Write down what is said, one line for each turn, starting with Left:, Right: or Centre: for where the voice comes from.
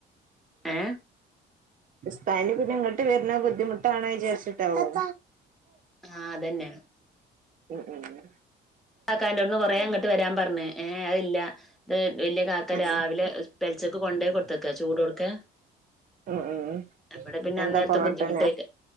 Centre: ഏ
Right: ഉസ്താദിനി പ്പിന്നെങ്ങട്ട് വരുന്നത് ബുദ്ധിമുട്ടാണ് വിചാരിച്ചിട്ടാവും
Centre: ആഹ് അതെന്നെ
Right: ഉം ഉം ഉം
Centre: കാക്കാന്റോടൊന്ന് കൊറെ ഇങ്ങ ങ്ങട്ട് വരാൻ പറഞ്ഞ് ഏ അതില്ല വല്യ കാക്ക
Right: ഉം
Centre: രാവിലെ പെലച്ചക്ക് കൊണ്ടുപോയി കൊടുത്ത്ക്ക ചൂടോടുക്കെ
Right: ഉം ഉം
Centre: ഇവിടെ പിന്നെ
Right: എന്താ
Centre: അന്നേരത്തെ
Right: പൊറോട്ടന്നെ
Centre: ബുദ്ധിമുട്ടായ്ക്കും